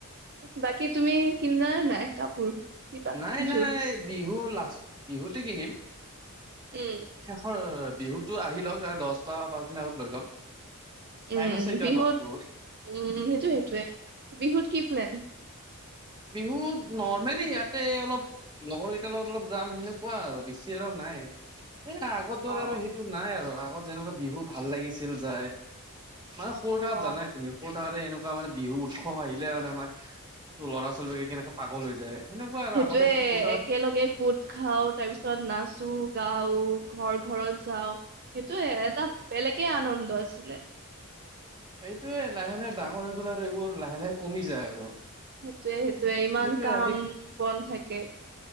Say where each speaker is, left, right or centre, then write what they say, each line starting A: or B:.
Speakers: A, on the right; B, on the right.
A: বাকী তুমি কিনালা নে নাই কাপোৰ? কিবা
B: নাই
A: জোৰ
B: নাই বিহু লাষ্ট বিহুতে কিনিম।
A: উম।
B: শেষৰ বিহুতো আহি লওক তাৰে দহ বা পাঁচ দিন আগত লৈ ল'ম। টাইম
A: উম
B: আছে এতিয়াও
A: বিহুত
B: ন' বহুত?
A: উম, সেইটোয় সেইটয়ে, বিহুত কি প্লেন?
B: বিহুতে নৰ্মেলি ইয়াতে অলপ লগৰ কেইটাৰ লগত অলপ যাম সেনেকুৱা আৰু বেছি আৰু নাই এ আগৰ দৰে
A: অ
B: আৰু সেইটো নাই আৰু আগত যেনেকুৱা বিহুত ভাল লাগিছিল যায়। মানে সৰু থাকাত
A: অ
B: জানাই তুমি সৰু থাকাতে এনেকুৱা মানে বিহু উৎসৱ আহিলে মানে আমাৰ ল'ৰা-ছোৱালী বিলাকে কেনেক পাগল হৈ যায়। সেনেকুৱা আৰু
A: সেইটোয়ে
B: আগতে সৰু থাকাত
A: একেলগে গোট খাও তাৰ পিছত নাচো, গাও ঘৰ ঘৰত যাও। সেইটোৱে এটা বেলেগে আনন্দ আছিলে।
B: সেইটোয়ে লাহে লাহে ডাঙৰ হৈ গ'ল আৰু এইবোৰ লাহে লাহে কমি যায় আৰু।
A: সেইটোয়ে সেইটোয়ে ইমান
B: সেইটোয়ে
A: কাম
B: আজি
A: বন থাকে।